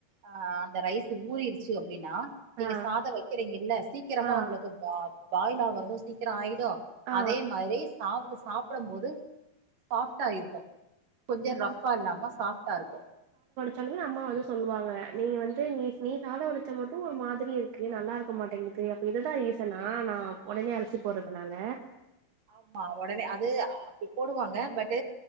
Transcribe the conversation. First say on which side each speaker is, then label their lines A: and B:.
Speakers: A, on the right; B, on the right.
A: ஆ அந்த ரைஸ் ஊறீர்ச்சு அ அப்பிடின்னா நீங்க
B: ஆ
A: சாத வெக்கறீங்கல்ல சீக்கிரமா
B: ஆ
A: உங்களுக்கு பா பாயில் ஆவர் அப்பற சீக்கிரம் ஆயிடும்
B: ஆ
A: அதே மாரி சாவுது சாப்புதும் போது சாஃப்டா இருக்கும் கொஞ்ச ரஃப்பா
B: அது
A: இல்லாம சாஃப்டா இருக்கு
B: சொல்லுங்க அம்மா வந்து சொல்லுவாங்க நீ வந்து நீ நீ சாதம் வடிச்சா மட்டு ஒரு மாதிரி இருக்கு நல்லா இருக்க மாட்டேங்குது அப்ப இதுதான் ரீசனா நா ஒடனே அரிசி போடறதுனால
A: ஆமா ஒடனே அது அப்பிடி போடுவாங்க பட்